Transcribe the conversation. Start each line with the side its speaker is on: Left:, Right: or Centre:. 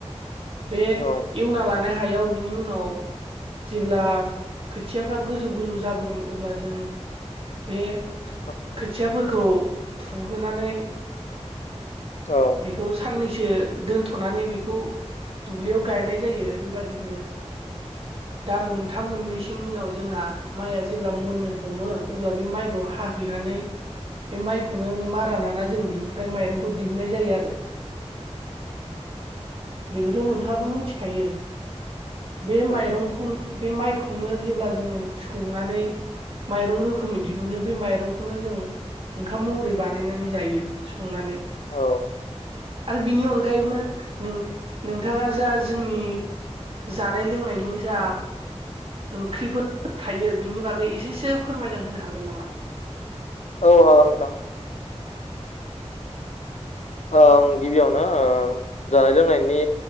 Right: बे
Left: औ
Right: एवना लानाय हायाव बिनि उनाव जेब्ला खोथियाफ्रा गोजौ गोजौ जाबोगोन अब्ला जों बे
Left: नोंथां औ
Right: खोथियाफोरखौ फुहोनानै
Left: औ
Right: बेखौ साननैसो दोनथ'नानै बेखौ दुब्लियाव गायनाय जायो बेबाय दिनो दान मोनथाम मोनब्रैसोनि उनाव जोंहा माइआ जेब्ला मोननो हमो अब्ला बे माइखौ हाहैनानै बे माइखौनो मारा नाना जों बिनिफ्राय माइरंखौ दिहुननाय जायो आरो । <inaudible> बेखौथ' नोंथाङाबो मिथिखायो बे माइरंखौ
Left: नोंथां
Right: बे माइखौनो जेब्ला जोङो सौनानै माइरं रोखोमै दिहुनो बे माइरंखौनो जों ओंखाम महरै बानायनानै जायो संनानै।
Left: औ
Right: आरो बिनि अनगायैबो नों नोंथाङा जा जोंनि जानाय लोंनायनि जा ओंख्रिफोर थायो बिनि बागै एसेसो फोरमायना होनो हागोन नामा?
Left: औ हागोन नोंथां आं गिबियावनो जानाय लोंनायनि